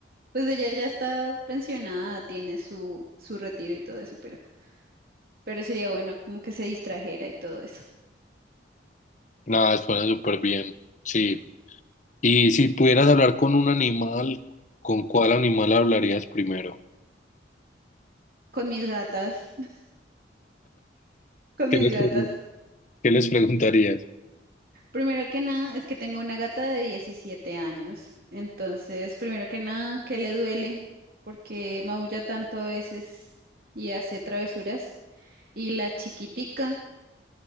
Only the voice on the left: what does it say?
Nada, suena súper bien, sí. Y si pudieras hablar con un animal, ¿con cuál animal hablarías primero?
¿Qué
les
pregun- qué les preguntarías?